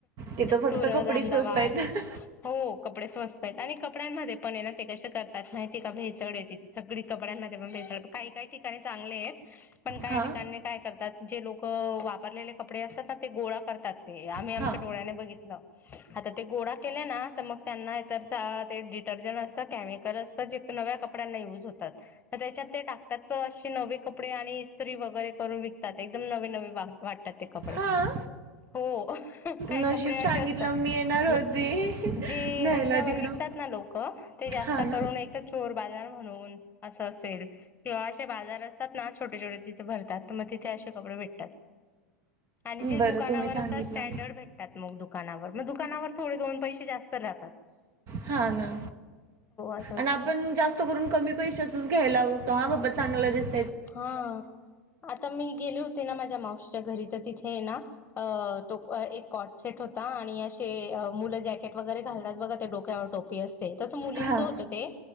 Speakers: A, on the right (about 45°); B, on the left (about 25°).
A: तिथं फक्त
B: सुरत,
A: कपडे
B: एहमदाबाद
A: स्वस्त आहेत
B: हो कपडे स्वस्तायत आणि कपड्यांमध्ये पण येना ते कशे करतायत माहितीयेका भेसडेती सगडी कपड्यांमध्ये पण भेसळ काही काही ठिकाणी चांगलेत पण काही
A: हां
B: ठिकाणी काय करतात जे लोकं वापरलेले कपडे असतातना ते गोळा करतात ते आम्ही
A: हां
B: आमच्या डोळ्याने बघित ल आता ते गोडा केल्या ना तर मग त्यांना एतरता ते डिटर्जंट असतं केमिकल असतं जे नव्या कपड्यांना युज होतात तर त्याच्यात ते टाक त्यात्त अशे नवे कपडे आणि इस्त्री वगैरे करून विकतात एकदम नवे नवे वा वाटतात ते कपडे.
A: हां
B: हो‌. काही
A: नशीब
B: कपडे अशे
A: सांगितलं
B: असता
A: मी येणार होती
B: जे जे
A: न्यायला
B: रस्त्यावर
A: तिकडं
B: विकतातना लोकं ते ते जास्त
A: हां ना
B: करून एकतर चोर बाजार म्हणून असं असेल किंवा अशे बाजार असतात ना छोटेछोटे तिथे भरतात तर म तिथे अशे कपडे भेटतात. आणि जे
A: बरं
B: दुकानावर
A: तुम्ही सांगितलं
B: असतात स्टँडर्ड भेटतात मग दुक कानावर मग दुकानावर थोडे दोन पैशे जास्त जातात.
A: हां ना
B: असं असतं
A: आण् आपनं जास्त करून कमी पैशाचच घ्यायला व तो हां बाबा चांगलं दिस
B: हां आत् त मी गेले होते ना माझ्या मावशीच्या घरी तर तिथेना अ तो अ एक कॉर्ड सेट होता आन् आणि अशे मुलं जॅकेट वगैरे घालतात बघा ते डोक्यावर टोपी अस ते तस मुलींच
A: हां
B: होत ते